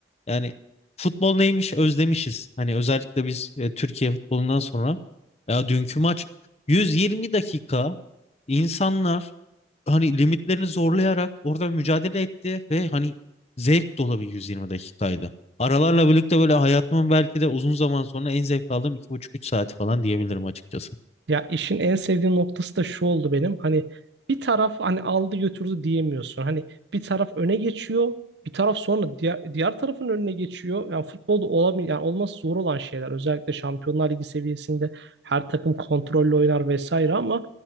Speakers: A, on the left (about 35°); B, on the right (about 70°).
A: Yani futbol neymiş özlemişiz. Hani özellikle biz e, Türkiye futbolundan sonra. Ya dünkü maç 120 dakika insanlar hani limitlerini zorlayarak orada mücadele etti ve hani zevk dolu bir 120 dakikaydı. Aralarla birlikte böyle hayatımın belki de uzun zaman sonra en zevk aldığım iki buçuk üç saati falan diyebilirim açıkçası.
B: Ya işin en sevdiğim noktası da şu oldu benim. Hani bir taraf hani aldı götürdü diyemiyorsun. Hani bir taraf öne geçiyor, bir taraf sonra diğer, diğer tarafın önüne geçiyor. Yani futbolda olamıyor yani olması zor olan şeyler. Özellikle Şampiyonlar Ligi seviyesinde her takım kontrollü oynar vesaire ama